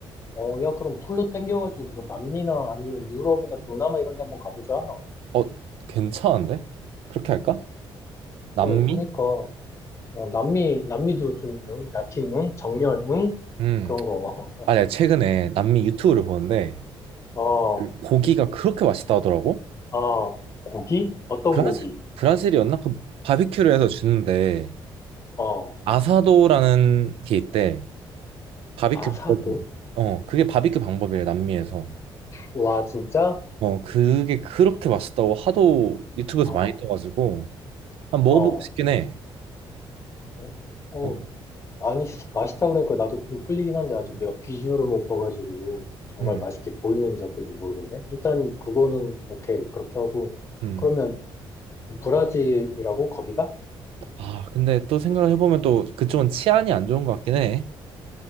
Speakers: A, on the left; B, on the right.
A: 어, 야, 그럼 풀로 땡겨가지고, 뭐, 남미나 아니면 유럽이나 동남아 이런 데 한번 가보자. 어,
B: 어, 괜찮은데? 그렇게 할까? 남미?
A: 어, 그니까. 어, 남미, 남미도 좀, 응? 라틴, 응? 정열, 응?
B: 음,
A: 그런 거.
B: 아, 내가 최근에 남미 유튜브를 보는데,
A: <laughs> 어,
B: 그 고기가 그렇게 맛있다 하더라고?
A: 어, 고기? 어떤
B: 브라질,
A: 고기?
B: 브라질이었나? 그 바비큐를 해서 주는데,
A: 어,
B: 아사도라는 게 있대. 바비큐
A: 아사도?
B: 방법데 어, 그게 바비큐 방법이래, 남미에서.
A: 와, 진짜?
B: 어, 그게 그렇게 맛있다고 하도 유튜브에서
A: 어,
B: 많이 떠가지고 한 먹어보고
A: 어,
B: 싶긴 해.
A: 그래? 어,
B: 어,
A: 아니, 맛있다 그러니까 나도 좀 끌리긴 한데, 아직 내가 비주얼을 못 봐가지고, 정말
B: 음,
A: 맛있게 보이는지 어쩐지 모르겠네. 일단, 그거는, 오케이. 그렇게 하고,
B: 음.
A: 그러면, 브라질이라고 거기가?
B: 아, 근데 또 생각을 해보면 또 그쪽은 치안이 안 좋은 것 같긴 해.